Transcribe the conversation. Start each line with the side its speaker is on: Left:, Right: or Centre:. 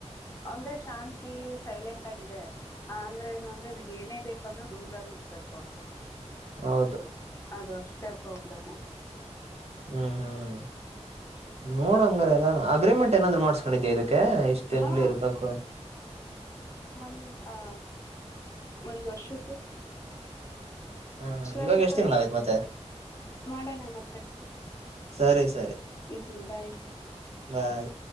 Left: ಅಂದ್ರೆ ಶಾಂತಿ ಸೈಲೆಂಟ್ ಆಗಿದೆ ಅಂದ್ರೆ ಏನು ಅಂದ್ರೆ ಇವಗ್ ಏನೇ ಬೇಕು ಅಂದ್ರೂ ದೂರದಲ್ಲಿ ಹೋಗ್ಬೇಕು
Right: ಹೌದು
Left: ಅದು ಅಷ್ಟೇ ಪ್ರಾಬ್ಲಮು
Right: ಹ್ಮ್ ಹ್ಮ್ ನೋಡಂಗ್ರ ಎಲ್ಲ ಅಗ್ರಿಮೆಂಟ್ ಏನಾದ್ರೂ ಮಾಡ್ಸ್ಕೊಂಡಿದ್ದೆ ಇದಕ್ಕೆ ಇಷ್ಟ್ ತಿಂಗ್ಳ
Left: ಹಾ
Right: ಇರ್ಬೇಕು
Left: ಒಂದ್ ಅ ಒಂದ್ ವರ್ಷದ್ದು
Right: ಹಾ
Left: ಸರಿ
Right: ಇವಾಗ ಎಷ್ಟ್
Left: ತಗೋ
Right: ತಿಂಗ್ಗಳ ಆಯ್ತ್ ಮತ್ತೆ
Left: ಮಾಡೋಣ ಮತ್ತೆ
Right: ಸರಿ ಸರಿ
Left: ಹ್ಮ್ ಬಾಯ್.
Right: ಬಾಯ್